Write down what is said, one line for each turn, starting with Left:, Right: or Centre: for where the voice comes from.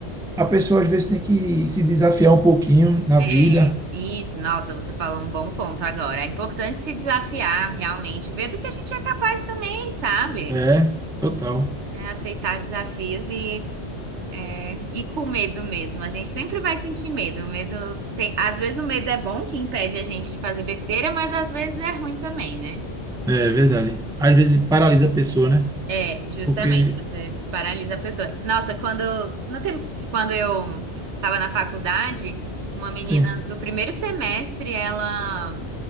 Centre: a pessoa às vezes tem que se desafiar um pouquinho na vida
Right: É, isso, nossa, você falou um bom ponto agora. É importante se desafiar realmente, ver do que a gente é capaz também, sabe?
Centre: É, total.
Right: É aceitar desafios e, é, e com medo mesmo. A gente sempre vai sentir medo. O medo tem, às vezes o medo é bom que impede a gente de fazer besteira, mas às vezes é ruim também, né?
Centre: É verdade. Às vezes paralisa a pessoa, né?
Right: É, justamente,
Centre: Porque,
Right: às vezes paralisa a pessoa. Nossa, quando no tempo, quando eu estava na faculdade, uma menina
Centre: sim.
Right: do primeiro semestre, ela